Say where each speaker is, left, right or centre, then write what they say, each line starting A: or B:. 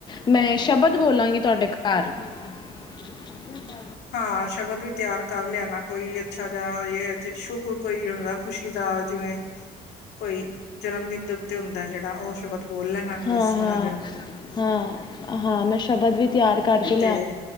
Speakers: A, on the left; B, on the left.
A: ਮੈਂ ਸ਼ਬਦ ਬੋਲਾਂਗੀ ਤੁਹਾਡੇ ਘਰ ਠੀਕ।
B: ਹਾਂ ਸ਼ਬਦ ਵੀ ਤਿਆਰ ਕਰ ਲਿਆਣਾ ਕੋਈ ਅੱਛਾ ਜਿ ਇਹ ਸ਼ੁੱਭ ਕੋਈ ਹ ਦਾ ਖੁਸ਼ੀ ਦਾ ਜਿਵੇਂ ਕੋਈ ਜਨਮ ਦਿਨ ਦੇ ਤੇ ਹੁੰਦਾ ਜਿਹੜਾ ਉਹ ਸ਼ਬਦ ਬੋਲ ਲੈਣਾ ਕੋਈ
A: ਹਾਂ
B: ਸੋਹਣਾ
A: ਹਾਂ
B: ਜਿਹਾ
A: ਹਾਂ ਹਾਂ ਮੈਂ ਸ਼ਬਦ ਵੀ ਤਿਆਰ। ਕਰਕੇ ਲਿਆ
B: ਤੇ